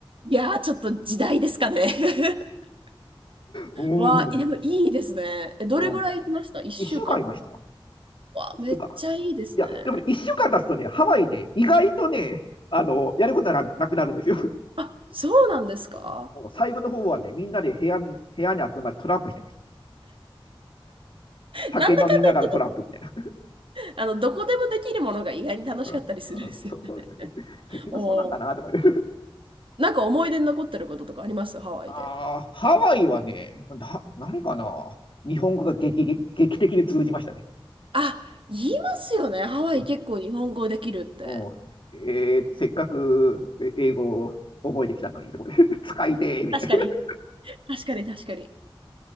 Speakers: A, on the right (about 65°); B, on the left (about 60°).
A: いやー、ちょっと時代ですかね。<laughs>
B: う
A: わあ、でもいいですね。
B: ん。
A: え、どれぐらい行きました
B: うん。
A: ?1
B: 一週間いました。
A: 週間とか。わあ、
B: 一週間。
A: めっちゃいいですね。
B: いや、でもね、一週間経つとね、ハワイね、意外とね、あの、やることがなくなるんですよ。
A: あ、そうなんですか
B: <laughs> もう最後の方はね、みんなで部屋に、部屋に集まってトランプしてましたね。酒飲みながらトランプみたいな。
A: なんだかんだ言ってね、あの、どこでもできるものが意外に楽しかったりするんですよね。
B: うん、うん、そそうですね。
A: <laughs>
B: 結局そうなんかなとかって
A: おーなんか思い出に残ってることとかありますハワイで。
B: <laughs> ああ、ハワイはね、な、何かな。日本語が劇、劇的に通じましたね。
A: あ、言いますよね。ハワイ結構日本語できるって。
B: うんうん、えーと、せっかくえ英語を覚えてきたのに、とかね <laughs> 使いてーみたいな。
A: 確かに。確かに、確かに。